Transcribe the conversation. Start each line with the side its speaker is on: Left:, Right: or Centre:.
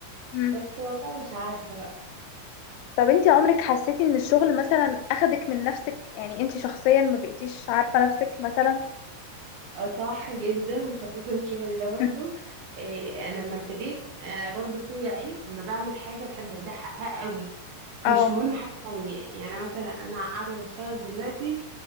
Left: مم.
Right: بس والله مش عارفه بقى
Left: طب انتي عمرك حسيتي ان الشغل مثلا اخدك من نفسك يعني انتي شخصيا ما بقيتيش عارفة نفسك مثلا
Right: آه، صح جدا وخاصه شغلي ده
Left: <laughs>
Right: برضو إيه انا لما ابتديت انا برضو في عيب اما بعمل حاجه بحب اديها حقها قوي مش
Left: اه
Right: مهم حاجه تانية يعني مثلا انا قاعده بشتغل دلوقتي